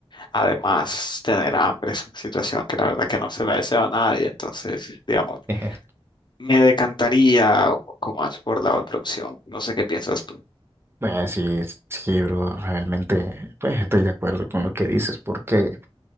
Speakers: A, on the left; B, on the right.
A: Además, tener hambre es una situación que la verdad que no se la deseo a nadie, entonces, digamos,
B: <laughs>
A: me decantaría un poco más por la otra opción. No sé qué piensas tú.
B: Bueno, sí, es- sí, bro, realmente pues, estoy de acuerdo con lo que dices porque